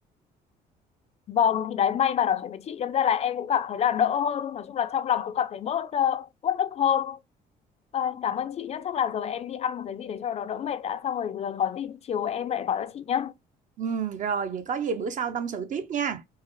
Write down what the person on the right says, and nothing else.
ừ, rồi vậy có gì bữa sau tâm sự tiếp nha